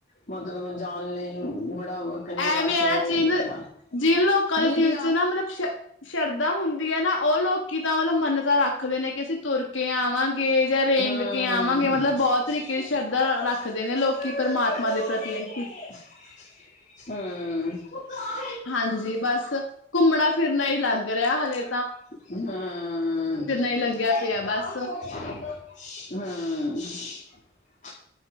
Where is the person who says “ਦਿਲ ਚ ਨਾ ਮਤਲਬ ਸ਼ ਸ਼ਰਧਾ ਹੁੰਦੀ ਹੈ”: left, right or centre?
Left